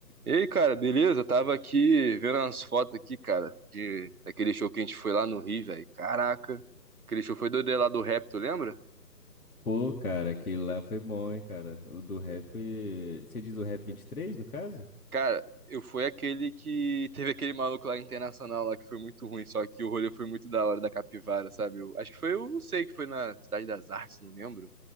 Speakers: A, on the right (about 60°); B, on the left (about 60°).
A: E aí, cara, beleza? Eu Tava aqui vendo umas fotos aqui, cara, de daquele show que a gente foi lá no Rio, velho. Caraca, aquele show foi do lá do rap, tu lembra?
B: Pô, cara, aquele lá foi bom, hein, cara. O do rap foi... Você diz o rap 23 no caso?
A: Cara, eu fui aquele que teve aquele maluco lá internacional lá que foi muito ruim, só que o rolê foi muito da hora da capivara, sabe? Eu, acho que foi, eu não sei, que foi na Cidade das Artes, não lembro.